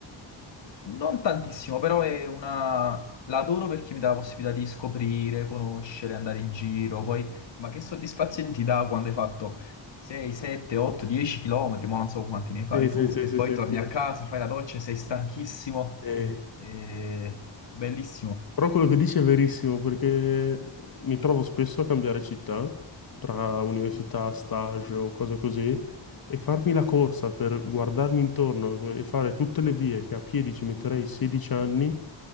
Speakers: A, on the left; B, on the left.
A: Non tantissimo, però è una... L'adoro perché mi dà la possibilità di scoprire, conoscere, andare in giro. Poi, ma che soddisfazione ti dà quando hai fatto 6, 7, 8, 10 chilometri, ma non so quanti ne fai
B: Sì,
A: tu,
B: sì, sì,
A: e
B: sì,
A: poi
B: sì, anch'io.
A: torni a casa, fai la doccia, e sei stanchissimo.
B: Eh,
A: E... Bellissimo.
B: Però quello che dici è verissimo, perché mi trovo spesso a cambiare città tra università, stage o cose così, e farmi la corsa per guardarmi intorno e fare tutte le vie che a piedi ci metterei 16 anni